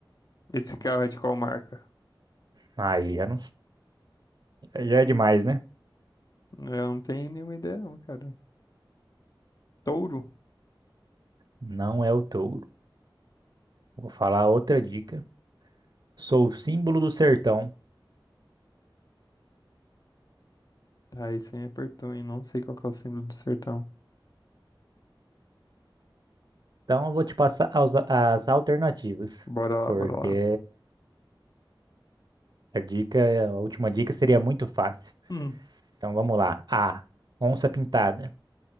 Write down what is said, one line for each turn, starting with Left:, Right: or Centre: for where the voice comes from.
Left: Esse carro é de qual marca?
Right: Aí já não, já é demais, né?
Left: É, Eu não tenho nenhuma ideia não, cara. Touro?
Right: Não é o touro. Vou falar outra dica. Sou o símbolo do sertão.
Left: Aí você me apertou, hein? Não sei qual que é o símbolo do sertão.
Right: Então eu vou te passar as, as alternativas,
Left: Bora lá,
Right: porque
Left: bora lá.
Right: a dica, a última dica seria muito fácil.
Left: Hum.
Right: Então vamos lá. A. Onça pintada.